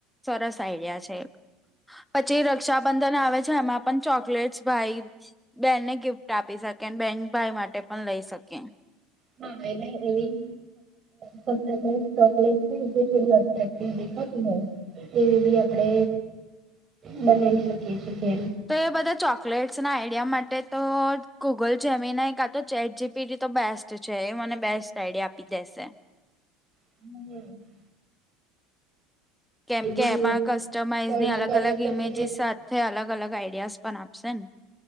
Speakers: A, in the centre; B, on the right.
A: સરસ આઈડિયા છે પછી રક્ષાબંધન આવે છે એમાં પણ ચોકલેટ્સ ભાઈ બેનને ગિફ્ટ આપી શકે અને બેન ભાઈ માટે પણ લઈ શકે
B: ના એને એવી. ચોકલેટ થોડી અટક્ટ દેખા તું <inaudible> એવી બી આપણેે બનાવી શકીએ છેએ જેમ.
A: તો એ બધા ચોકલેટ્સ ના આઈડિયા માટે તો ગૂગલ જેમીને કા તો ચેટ જીપીડી તો બેસ્ટ તો છે એ મને બેસ્ટ આઈડિયા આપી દેશે.
B: હ એ <unintelligible>
A: કેમ
B: એ
A: કે
B: બી
A: એમાં કસ્ટમાઈઝ
B: સર્ચ
A: ની અલગ
B: કરી
A: અલગ
B: શકીએ
A: ઈમેજીસ સાથે અલગ અલગ આઈડિયાઝ પણ આપશે ને.